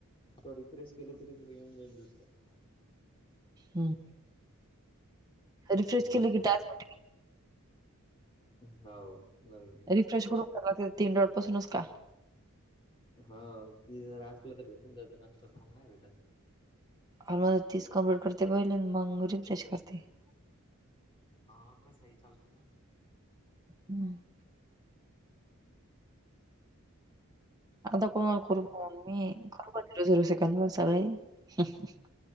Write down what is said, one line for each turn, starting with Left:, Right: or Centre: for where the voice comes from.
Left: सॉरी प्रेस केलं तरी तुला येऊन जाईल दुसर
Right: हम् रिफ्रेश
Left: हम्म
Right: केले कि टास म्ह <unintelligible>
Left: हो नवीन <unintelligible>
Right: रिफ्रेशकडूनय लागते तीन रोटपासूनच का <unintelligible>
Left: हा ती जर असल तर भेटून जाते नसत तर मग नाही भेटत <unintelligible>
Right: अलमज तीस कम्प्लीट करते बहिले मग रिफ्रेश करते <unintelligible>
Left: हा तर स चालते ना <unintelligible>
Right: हम् <unintelligible> आता कोणाला करू फोन मी करू झिरो झिरो सेकड वर सगळे <unintelligible>